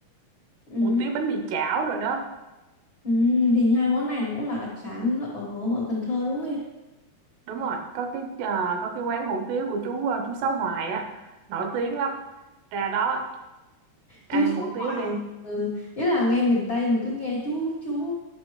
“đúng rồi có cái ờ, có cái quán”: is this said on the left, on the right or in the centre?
Right